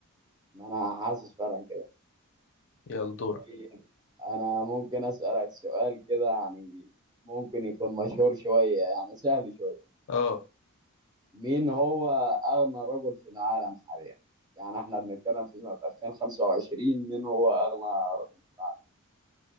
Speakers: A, on the right (about 20°); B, on the left (about 55°).
A: ما انا حاسس فعلا كده
B: يلا دورك
A: طيب انا ممكن اسالك سؤال كده يعني ممكن يكون مشهور شويه يعني سهل شويه
B: آه.
A: مين هو أغنى رجل في العالم حاليا؟ يعني احنا بنتكلم في سنة 2025 مين هو أغنى رجل في العالم؟